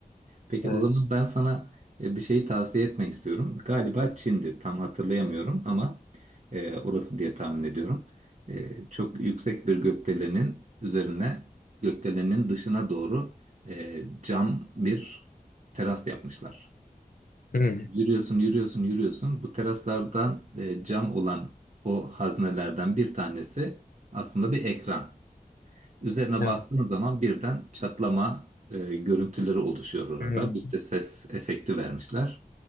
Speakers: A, on the right; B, on the left.
A: Peki
B: evet.
A: o zaman ben sana e, bir şeyi tavsiye etmek istiyorum. Galiba Çin'di. Tam hatırlayamıyorum ama e, orası diye tahmin ediyorum. E, çok yüksek bir gökdelenin üzerine gökdelenin dışına doğru e, cam bir teras yapmışlar.
B: Hmm,
A: Yürüyorsun, yürüyorsun, yürüyorsun. Bu teraslardan e, cam olan o haznelerden bir tanesi aslında bir ekran. Üzerine
B: evet.
A: bastığın zaman birden çatlama e, görüntüleri oluşuyor orada.
B: Hmm,
A: Bir de ses efekti vermişler.